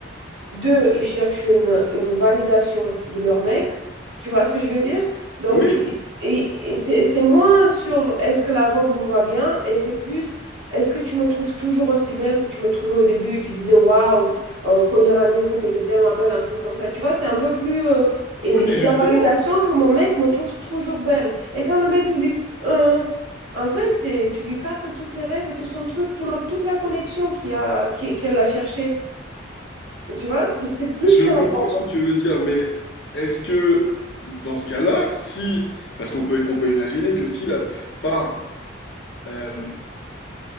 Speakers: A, on the right; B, on the left.
A: Deux, ils cherchent une, une validation de leur mec. Tu vois ce que je veux dire? Donc,
B: Oui,
A: et, et c'est c'est moins sur est-ce que la robe me va bien et c'est plus est-ce que tu me trouves toujours aussi belle que tu me trouvais au début? Tu disais waouh, euh, au premier rendez-vous, t'étais tellement belle, un truc comme ça. Tu vois, c'est un peu plus. euh, et,
B: oui, mais justement,
A: et la validation que mon mec me trouve toujours belle. Et quand le mec il dit Euh, en fait, c'est, tu lui casses tous ses rêves et tout son truc, tout le- toute la connexion qu'il y a, qui- qu'elle a cherchée. Tu vois, c'est c'est plus
B: je
A: que
B: comprends
A: la robe.
B: ce que tu veux dire, mais est-ce que dans ce cas-là, si, parce qu'on peut, on peut imaginer que si la, par, euh,